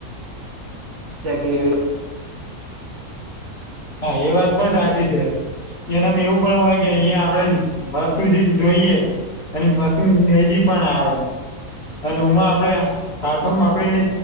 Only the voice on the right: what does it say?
જ કે એવી